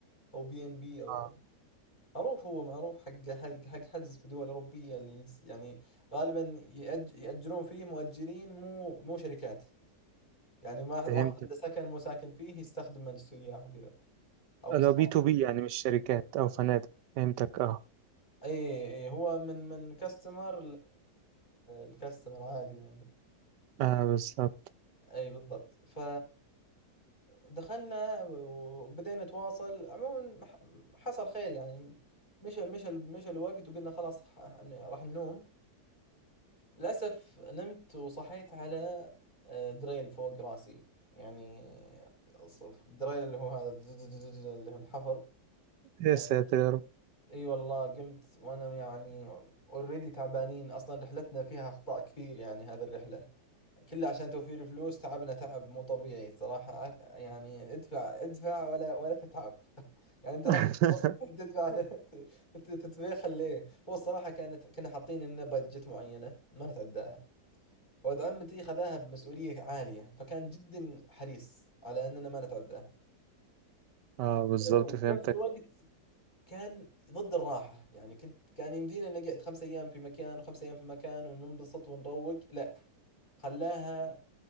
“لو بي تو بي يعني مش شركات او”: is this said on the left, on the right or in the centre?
Right